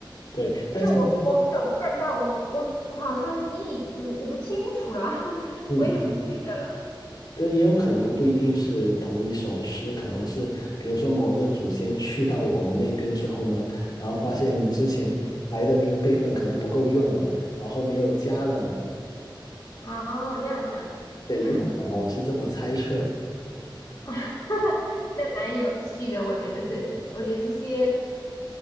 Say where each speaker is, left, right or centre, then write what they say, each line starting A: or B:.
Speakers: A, on the left (about 50°); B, on the left (about 35°).
A: 对。但其实，
B: 就是我我没有看到，我我我好像是 E，我我不清楚了，<laughs>
A: 嗯，
B: 我也不记得了。
A: 但也有可能不一定是同一首诗，可能是比如说某一个祖先去到我们那边之后呢，然后发现之前来的那个辈分可能不够用了，然后后面又加了嘛。
B: 啊，这样子啊，
A: 对，
B: 嗯，
A: 有可能，我是这么猜测的。
B: <laughs> 那蛮有趣的，我觉得这我觉得这些。